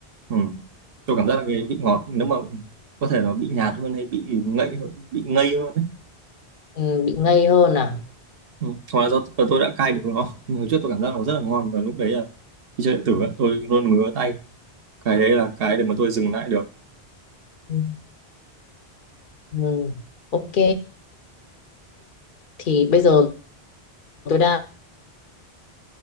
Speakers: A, on the right; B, on the left.
A: ừ. tôi cảm giác là cái vị ngọt nếu mà có thể nó bị nhạt hơn hay bị ngậy hơn bị ngây hơn ấy.
B: ừ. bị ngây hơn à
A: Ừ. Hoặc là do tôi đã cai được nó nhưng hồi trước tôi cảm giác nó rất là ngon và lúc đấy là khi chơi điện tử
B: ừ.
A: á, tôi luôn ngứa tay cái đấy là cái để mà tôi dừng lại được
B: Ừ. ừ, ừ. Ok thì bây giờ tôi đang